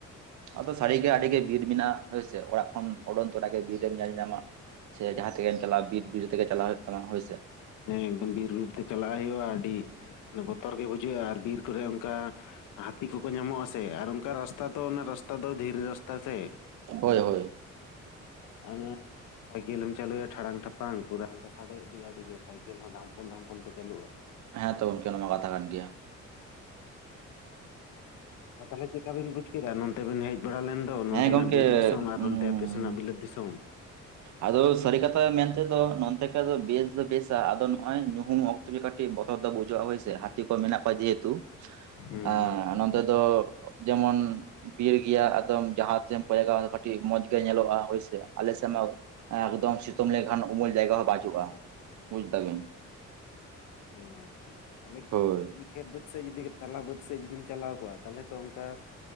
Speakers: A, on the right (about 70°); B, on the left (about 85°).
A: ᱟᱫᱚ ᱥᱟᱹᱨᱤᱜᱮ ᱟᱹᱰᱤᱜᱮ ᱵᱤᱨ ᱢᱮᱱᱟᱜᱼᱟ ᱦᱳᱭᱥᱮ ᱚᱲᱟᱜ ᱠᱷᱚᱱ ᱚᱰᱚᱝ ᱛᱚᱨᱟ ᱜᱮ ᱵᱤᱨ ᱮᱢ ᱧᱮᱞ ᱧᱟᱢᱟ ᱥᱮ ᱡᱟᱦᱟᱸ ᱛᱮᱜᱮᱢ ᱪᱟᱞᱟᱜᱼᱟ ᱵᱤᱨ ᱵᱤᱨ ᱛᱮᱜᱮ ᱪᱟᱞᱟᱜ ᱦᱩᱭᱩᱜ ᱛᱟᱢᱟ ᱦᱳᱭ ᱥᱮ
B: ᱦᱮᱸ ᱮᱠᱫᱚᱢ ᱵᱤᱨ ᱵᱤᱨ ᱛᱮ ᱪᱟᱞᱟᱜ ᱦᱩᱭᱩᱜᱼᱟ ᱟᱹᱰᱤ ᱵᱚᱛᱚᱨ ᱜᱮ ᱵᱩᱡᱷᱟᱹᱜᱼᱟ ᱟᱨ ᱵᱤᱨ ᱠᱚᱨᱮ ᱚᱱᱠᱟ ᱦᱟᱹᱛᱤ ᱠᱚᱠᱚ ᱧᱟᱢᱚᱜ ᱟᱥᱮ ᱟᱨ ᱚᱱᱠᱟ ᱨᱟᱥᱛᱟ ᱫᱚ ᱚᱱᱟ ᱨᱟᱥᱛᱟ ᱫᱚ ᱫᱷᱤᱨᱤ ᱨᱟᱥᱛᱟ ᱥᱮ
A: ᱦᱳᱭ ᱦᱳᱭ
B: <unintelligible> ᱥᱟᱭᱠᱮᱞ ᱦᱚᱢ ᱪᱟᱹᱞᱩᱭᱟ ᱴᱟᱲᱟᱝ ᱴᱷᱟᱯᱟᱝ ᱯᱩᱨᱟᱹ ᱚᱱᱠᱟ ᱥᱟᱰᱮ ᱤᱫᱤᱜ-ᱟ ᱟᱹᱰᱤ ᱡᱳᱨ ᱥᱟᱭᱠᱮᱞ ᱦᱚᱸ ᱫᱷᱟᱢᱯᱚᱞ ᱫᱷᱟᱢᱯᱚᱞ ᱛᱮ ᱪᱟᱹᱞᱩᱜᱼᱟ
A: ᱦᱮᱸ ᱛᱚ ᱜᱚᱝᱠᱮ ᱱᱚᱣᱟ ᱢᱟ ᱠᱟᱛᱷᱟ ᱠᱟᱱ ᱜᱮᱭᱟ
B: ᱛᱟᱦᱚᱞᱮ ᱪᱮᱠᱟ ᱵᱤᱱ ᱵᱩᱡ ᱠᱮᱫᱟ ᱱᱚᱛᱛᱮ ᱵᱤᱱ ᱦᱮᱡ ᱵᱟᱲᱟ ᱞᱮᱱ ᱫᱚ ᱱᱚᱱᱛᱮᱱᱟᱜ
A: ᱦᱮᱸ ᱜᱚᱝᱠᱮ
B: ᱵᱤᱨ ᱫᱤᱥᱚᱢ ᱟᱨ
A: ᱩᱸᱻ
B: ᱚᱱᱛᱮ ᱟᱯᱮ ᱥᱮᱱᱟᱜ ᱵᱤᱞᱟᱹᱛ ᱫᱤᱥᱚᱢ
A: ᱟᱫᱚ ᱥᱟᱹᱨᱤ ᱠᱟᱛᱷᱟ ᱢᱮᱱᱛᱮ ᱫᱚ ᱱᱚᱱᱛᱮ ᱠᱟᱜ ᱫᱚ ᱵᱮᱥ ᱫᱚ ᱵᱮᱥᱼᱟ ᱟᱫᱚ ᱱᱚᱜᱚᱭ ᱧᱩᱦᱩᱢ ᱚᱠᱛᱚ ᱜᱮ ᱠᱟᱹᱴᱤᱡ ᱵᱚᱛᱚᱨ ᱫᱚ ᱵᱩᱡᱷᱩᱜᱼᱟ ᱦᱳᱭ ᱥᱮ ᱦᱟᱹᱛᱤ ᱠᱚ ᱢᱮᱱᱟᱜ ᱠᱚᱣᱟ ᱡᱮᱦᱮᱛᱩ
B: ᱦᱩᱸ
A: ᱦᱮ
B: ᱦᱩᱸ
A: ᱱᱟᱛᱮ ᱫᱚ ᱡᱮᱢᱚᱱ ᱵᱤᱨ ᱜᱮᱭᱟ ᱮᱠᱫᱚᱢ ᱡᱟᱦᱟᱸ ᱛᱮᱢ ᱠᱚ ᱞᱟᱜᱟᱣ ᱠᱟᱹᱴᱤᱡ ᱢᱚᱸᱡᱽ ᱜᱮ ᱧᱮᱞᱚᱜᱼᱟ ᱦᱳᱭᱥᱮ ᱟᱞᱮ ᱥᱮᱫ ᱢᱟ ᱮᱠᱫᱚᱢ ᱥᱮ ᱥᱤᱛᱳᱝ ᱞᱮᱠᱷᱟᱱ ᱩᱢᱩᱞ ᱡᱟᱭᱜᱟ ᱦᱚᱸ ᱵᱟᱹᱪᱩᱜᱼᱟ ᱵᱩᱡ ᱫᱟᱵᱤᱱ
B: ᱚ ᱟᱪᱪᱷᱟ ᱟᱪᱪᱷᱟ ᱛᱟᱦᱚᱞᱮ
A: ᱦᱳᱭ
B: ᱢᱟᱱᱮ ᱠᱷᱮᱛ ᱵᱟᱹᱫᱽ ᱥᱮᱫ ᱡᱩᱫᱤ ᱛᱟᱞᱟ ᱵᱟᱹᱫᱽ ᱥᱮᱮᱫ ᱡᱩᱫᱤᱢ ᱪᱟᱞᱟᱣ ᱠᱚᱜᱼᱟ ᱛᱟᱦᱚᱞᱮ ᱛᱚ ᱚᱱᱠᱟ